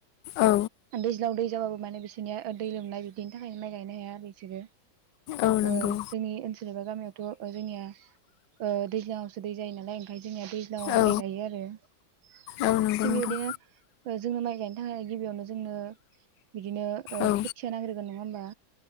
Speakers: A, on the left; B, on the right.
A: औ
B: दैज्लांआव दै जाबाबो माने बिसोरनिया दै लोमनाय बिदिनि थाखायनो माइ गायनो हाया आरो बिसोरो
A: औ नंगौ
B: ओ जोंनि ओनसोल एबा गामियावथ' जोंनिया ओ दैज्लाङावसो दै जायो नालाय ओंखायसो जोंनिया दैज्लांआव
A: औ
B: माइ गायो आरो थिग
A: औ नंगौ नोंथां
B: बेबायदिनो जोंनो माइ थाखाय गिबियावनो जोंनो बिदिनो ओ
A: औ
B: खोथिया नांग्रोगोन नङा होमबा